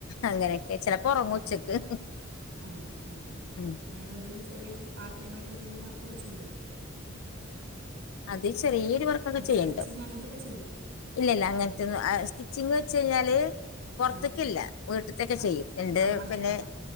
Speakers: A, on the left (about 80°); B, on the right (about 85°).
A: അങ്ങനെയൊക്കെ ചിലപ്പോ ഉറങ്ങും
B: ആ
A: ഉച്ചക്ക്
B: ഓക്കെ ഓക്കെ ആണോ ആ ആ
A: ഉം
B: വേ അരെന്തിലും ചറിയ പാർട്ട ടൈമായിട്ട് എന്തങ്കും വർക്കൊക്കെ ചെയ്യോ
A: അത് ചെറിയൊരു വർക്കൊക്കെ
B: അല്ല
A: ചെയ്യണ്ട
B: സ്റ്റിച്ചിങ് അങ്ങനത്തെയൊക്കെ ചെയ്യുമോ
A: ഇല്ല ഇല്ല അങ്ങനത്തൊന്നും സ്റ്റിച്ചിങ് വെച്ച് കഴിഞ്ഞാല് പുറത്തക്കല്ല
B: ആ
A: വീട്ടത്തൊക്കെ
B: ആ
A: ചെയ്യും എന്റെ
B: നമ്മടത്
A: പിന്നെ
B: അത്